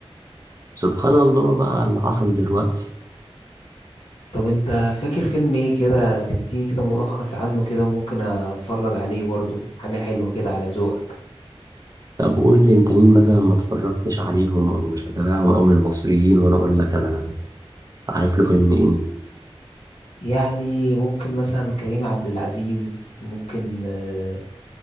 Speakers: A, on the right; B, on the left.
A: سبحان الله بقى على اللي حصل دلوقتي
B: طب انت فاكر فيلم ايه كده تديني كده ملخص عنه كده وممكن اتفرج عليه برضو حاجة حلوة كده على ذوقك
A: طب قول لي انت مين مثلا ما اتفرجتش عليهم او مش متابعهم او من المصريين وانا اقول لك انا عارف له فيلم ايه
B: يعني ممكن مثلا كريم عبد العزيز ممكن آه،